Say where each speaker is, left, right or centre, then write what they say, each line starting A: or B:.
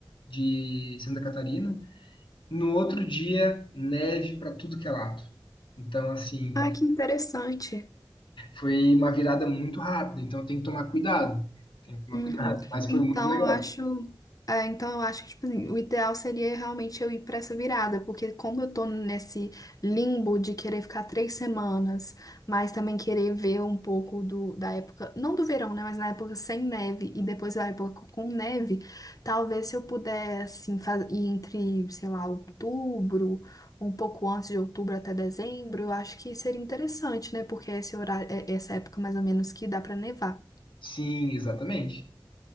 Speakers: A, on the left; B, on the left.
A: de Santa Catarina. No outro dia, neve para tudo que é lado. Então, assim,
B: Ah, que interessante.
A: foi uma virada muito rápida, então tem que tomar cuidado. Tem que tomar
B: Uhum.
A: cuidado, mas
B: Então
A: foi muito legal.
B: eu acho, é, então eu acho que tipo assim, o ideal seria realmente eu ir pra essa virada, porque como eu tô nesse limbo de querer ficar três semanas, mas também querer ver um pouco do, da época, não do verão, né, mas na época sem neve e depois da época com neve, talvez se eu puder assim fa- ir entre, sei lá, outubro, um pouco antes de outubro até dezembro, eu acho que seria interessante, né, porque é esse horário, é essa época mais ou menos que dá pra nevar.
A: Sim, exatamente.